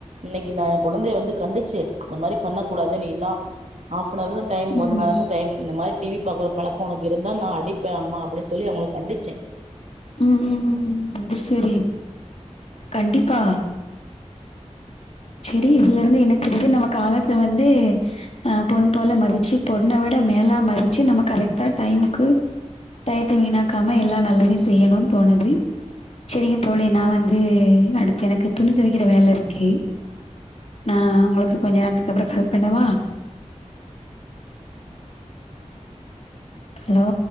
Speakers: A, on the right; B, on the left.
A: இன்னைக்கு நா கொழந்தைய வந்து கண்டிச்சே இந்த மாரி பண்ணக்கூடாது நீளா ஹாஃப் அன் அவர்தா டைம்
B: ம்
A: ஒரு மண்ணேரந்தா டைம் இந்த மாரிப் டி வி பாக்கற பழக்கோ ஒனக்கு இருந்தா நா அடிப்பே அம்மா அப்டி சொல்லி அவுங்கள கண்டி
B: உம் உம் உம் உம் அது செரி கண்டிப்பா செரி இதுல இருந்து என்ன தெரிது நம்ம காலத்ல வந்து ஆ பொண் போல மதிச்சு பொண்ண விட மேலா மதிச்சு நம்ம கரெக்டா டைமுக்கு டயத்த வீணாக்காம எல்லா நல்லதையு செய்யணோனு தோணுது செரிங்க தோழி நா வந்து அடுத்து எனக்கு துணி துவக்கிற வேல இருக்கு நா உங்களுக்கு கொஞ்ச நேரத்துக்கு அப்பறோ கால் பண்ணவா ஹலோ